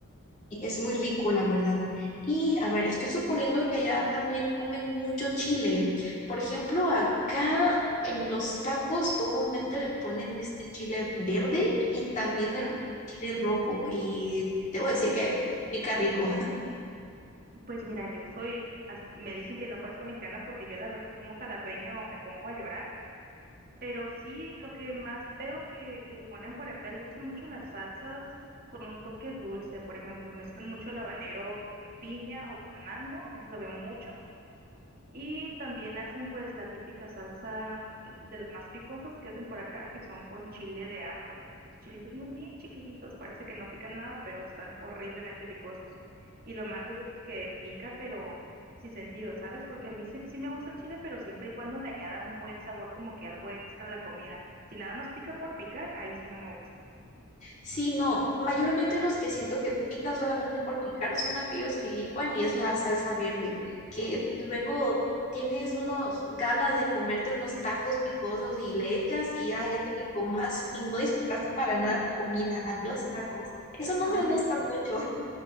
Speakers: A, on the left; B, on the right.
A: Y Es muy rico, la verdad. Y a ver, estoy suponiendo que allá también comen mucho chile. Por ejemplo, acá en los tacos comúnmente le ponen de este chile verde y también
B: Ajá.
A: de chile rojo. Y debo decir que pica rico.
B: Pues mira, yo soy, as- me dicen que no parezco mexicana porque yo la verdad con un jalapeño me pongo a llorar. Pero sí, lo que más veo que, que ponen por acá, les gustan mucho las salsas con un toque dulce, por ejemplo, mezclan mucho el habanero con piña o con mango, eso lo veo mucho, y también hacen pues la típica salsa de las más picosas que hacen por acá, que son con chile de árbol. Los chilitos muy bien chiquititos, parece que no pican nada, pero están horriblemente picosos. Y lo malo es de eso es que pica, pero sin sentido, ¿sabes? Porque a mí sí, sí me gusta el chile, pero siempre y cuando le añada un buen sabor, como que algo extra a la comida. Si nada más pica por picar, ahí sí no me gusta.
A: Sí, no, mayormente los que siento que pican solamente por picar son aquellos que licuan y es la salsa verde, que luego tienes unos ganas de comerte unos tacos picosos y le echas y ya, ya te picó más y no disfrutaste para nada tu comida. Adiós, tacos. Eso no
B: Ay,
A: me gusta mucho. <laughs>